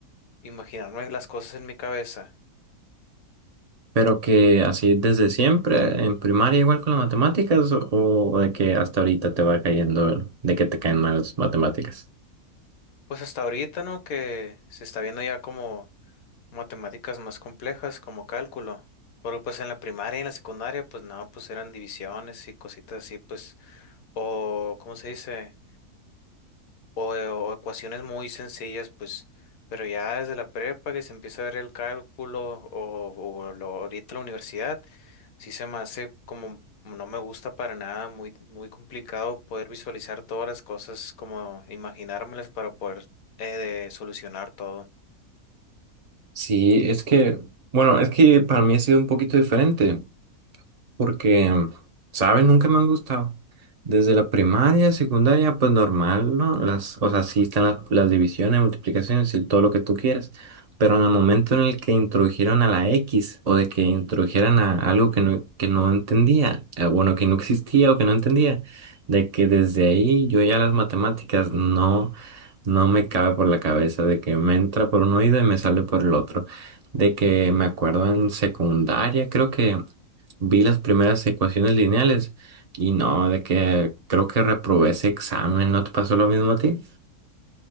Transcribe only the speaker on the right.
Pero que así desde siempre, en primaria igual con las matemáticas o, o de que hasta ahorita te va cayendo, de que te caen mal las matemáticas.
Sí, es que, bueno, es que para mí ha sido un poquito diferente porque, ¿saben? Nunca me han gustado. Desde la primaria, secundaria, pues normal, ¿no? Las, o sea, sí están las, las divisiones, multiplicaciones y todo lo que tú quieras. Pero en el momento en el que introdujeron a la X o de que introdujeran a algo que no, que no entendía, eh, bueno, que no existía o que no entendía, de que desde ahí yo ya las matemáticas no, no me cabe por la cabeza, de que me entra por un oído y me sale por el otro. De que me acuerdo en secundaria, creo que vi las primeras ecuaciones lineales y no, de que creo que reprobé ese examen, ¿no te pasó lo mismo a ti?